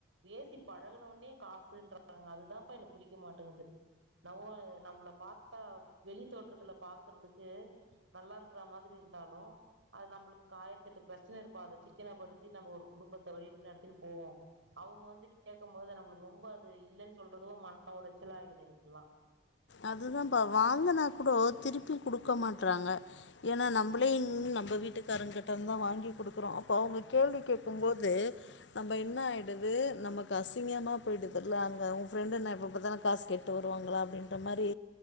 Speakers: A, on the right; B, on the left.
A: பேசி பழகனவொன்னே காசுன்றாங்க அதுதான்ப்ப எனக்கு புடிக்க மாட்டேங்குது இன்னவோ நம்மள பாத்தா வெளி தோற்றத்துல பாக்குறதுக்கு நல்லா இருக்குற மாதிரி இருக் இந்தாலோ அது நம்முளுக்கு ஆயிரத்தெட்டு ப்ரச்சன இருக்கோ அத சிக்கனப்படுத்தி நம்ம ஒரு குடும்பத்த வழி நடத்தினு போ போவோ அவுங்க வந்து கேக்கும்போது நம்முளுக் ரொம்ப அது இல்லன்னு சொல்றதோ மன ஒளச்சல ஆயிடுது எனக்குலா
B: அதுதா பா வாங்குனா கூட திருப்பி குடுக்க மாட்றாங்க ஏன்னா நம்பளே இங் நம்ம வீட்டுக்காரங் கிட்டந்தா வாங்கி குடுக்கறோ அப்ப அவுங்க கேள்வி கேக்கும்போது நம்ப என்ன ஆயிடு து நம்மக்கு அசிங்கமா போயிடுதுல அங்க ஊ ஃப்ரெண்டு இன்னா எப்ப பாத்தாலு காசு கேட்டு வருவாங்களா அப்டின் இந்த மாரி